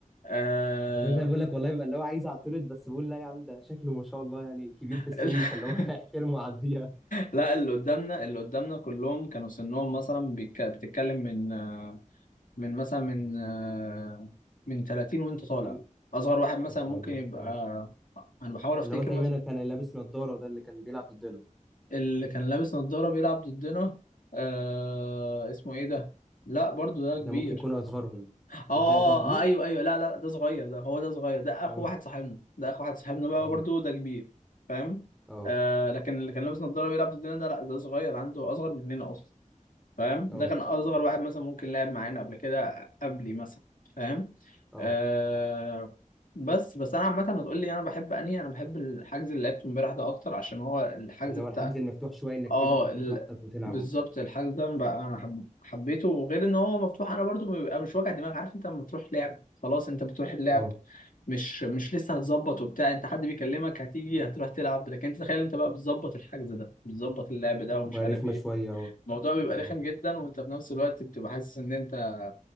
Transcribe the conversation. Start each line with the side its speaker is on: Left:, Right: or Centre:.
Left: آه...
Centre: عشان انا بقول لك والله بيبقى اللي هو عايز اعترض بس بقول لا يا عم ده شكله ما شاء الله يعني كبير في السن
Left: ال- <laughs>
Centre: فاللي هو <laughs> هيحترمه ويعديها
Left: لا اللي قدامنا اللي قدامنا كلهم كانوا سنهم مثلا بيك... بتتكلم من آه، من مثلا من آه، من 30 وانت طالع
Centre: عم-
Left: اصغر واحد مثلا
Centre: ما شاء
Left: ممكن
Centre: الله
Left: يبقى
Centre: اه
Left: آه، انا بحاول افتكر
Centre: اللي هو تقريبا
Left: مثلا
Centre: كان لابس نضارة ده اللي كان بيلعب ضدنا
Left: اللي كان لابس نظارة بيلعب ضدنا آه... اسمه ايه ده لا برضو ده
Centre: ده
Left: كبير
Centre: ممكن يكون أصغرهم
Left: اه آه،
Centre: الدق ده كبير
Left: ايوه ايوه لا لا ده صغير ده هو ده صغير ده اخو
Centre: اه
Left: واحد صاحبنا ده اخو واحد صاحبنا بقى
Centre: اه
Left: برضو ده كبير فاهم
Centre: اه
Left: آه لكن اللي كان لابس نضاره بيلعب ضدنا ده لا ده صغير عنده اصغر مننا اصلا فاهم
Centre: اه
Left: ده كان اصغر واحد مثلا ممكن لعب معانا قبل كده قبلي مثلا فاهم
Centre: اه
Left: آه بس بس انا عامه هتقول لي انا بحب انهي انا بحب الحجز اللي لعبته امبارح ده اكتر عشان هو الحجز
Centre: اللي
Left: بتاع
Centre: هو الحجز المفتوح شوية إنك
Left: اه
Centre: تقدر تاخد
Left: ال...
Centre: راحتك وتلعب
Left: بالظبط
Centre: وكده
Left: الحجز ده بقى انا حب... حبيته وغير ان هو مفتوح انا برضو بيبقى مش وجع دماغ عارف انت لما تروح لعب خلاص انت بتروح اللعب
Centre: اه
Left: مش مش لسه هتظبط وبتاع انت حد بيكلمك هتيجي هتروح تلعب لكن انت تخيل انت بقى بتظبط الحجز ده بتظبط اللعب ده ومش
Centre: تبقى
Left: عارف
Centre: رخمة
Left: ايه
Centre: شوية اه
Left: الموضوع بيبقى
Centre: اه
Left: رخم جدا وانت في نفس الوقت بتبقى حاسس ان انت